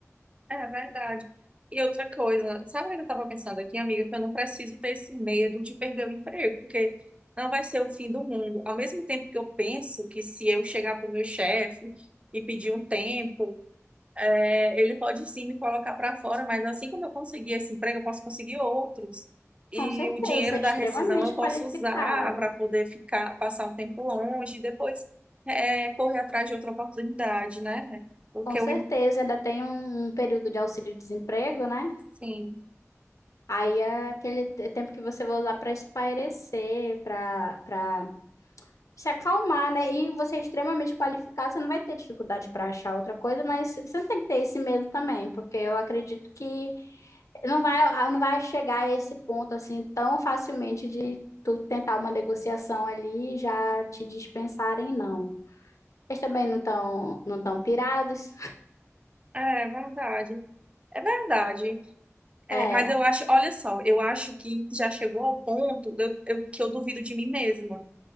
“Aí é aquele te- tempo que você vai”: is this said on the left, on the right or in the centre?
Left